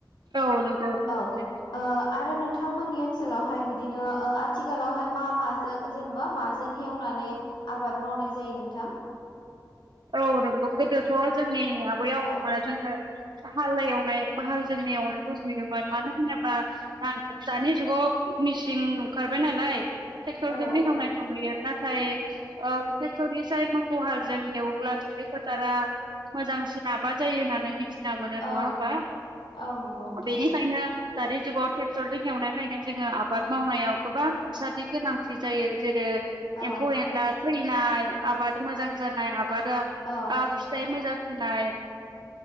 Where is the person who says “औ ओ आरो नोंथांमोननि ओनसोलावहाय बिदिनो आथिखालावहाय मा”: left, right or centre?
Left